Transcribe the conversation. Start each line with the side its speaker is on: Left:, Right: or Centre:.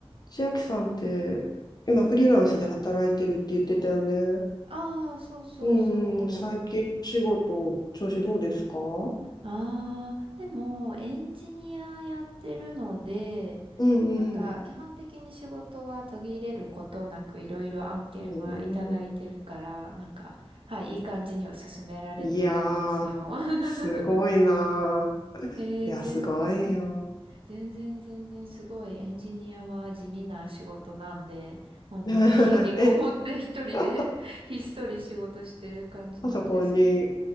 Left: 千秋さんって、今フリーランスで働いてるって言ってたよね。
Right: ああ、そうそうそう。
Left: うんうん、最近お仕事、調子どうですかう
Right: ああ、でも、エンジニアやってるので、
Left: んうん。
Right: なんか、基本的に仕事は途切れることなく、いろいろ案件はいただいてるから、
Left: うん。
Right: なんか、はい、いい感じには進められてるんですよ。
Left: いやー、
Right: <laughs>
Left: すごいな
Right: えー、
Left: ー。いや、
Right: 全然、
Left: すごいよ。
Right: 全然全然すごい、エンジニアは地味な仕事なんで、本当に家にこもって一人で
Left: <laughs> え、<laughs>
Right: <laughs> ひっそり仕事してる感じなんです。
Left: パソコンに